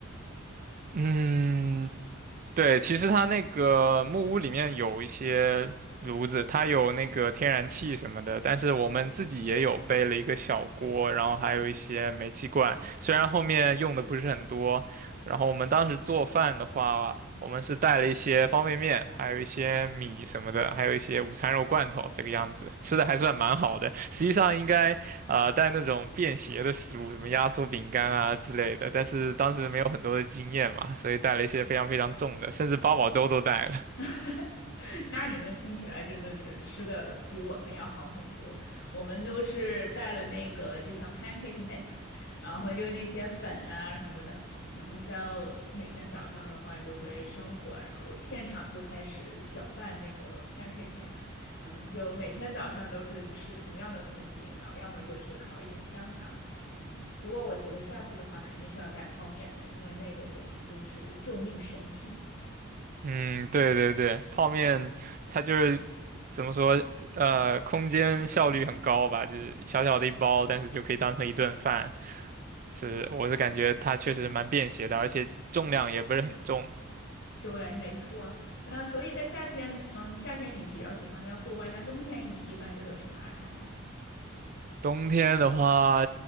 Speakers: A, on the right; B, on the left.
A: 嗯，对，其实它那个木屋里面有一些炉子，它有那个天然气什么的，但是我们自己也有背了一个小锅，然后还有一些煤气罐，虽然后面用的不是很多。然后我们当时做饭的话，我们是带了一些方便面，还有一些米什么的，还有一些午餐肉罐头，这个样子，吃的还算蛮好的。实际上应该啊、带那种便携的食物，什么压缩饼干啊之类的。但是当时没有很多的经验嘛，所以带了一些非常非常重的，甚至八宝粥都带了。
B: <laughs> 那你们听起来真的是吃的比我们要好很多。我们都是带了那个，就像 pancake mix，然后就那些粉啊什么的，然后到每天早上的话就会生火，然后现场就开始搅拌那个 pancake mix，嗯，就每天早上都是吃同样的东西，然后要么就是烤一点香肠，嗯，不过我觉得下次的话肯定是要带泡面的，因为那个简直就是救命神器。
A: <laughs> 嗯，对对对，泡面它就是怎么说，呃，空间效率很高吧，就是小小的一包，但是就可以当成一顿饭。是，我是感觉它确实蛮便携的，而且重量也不是很重。
B: 对，没错。那所以在夏天，嗯，夏天你比较喜欢在户外，那冬天你一般都有什么爱好呢？
A: 冬天的话，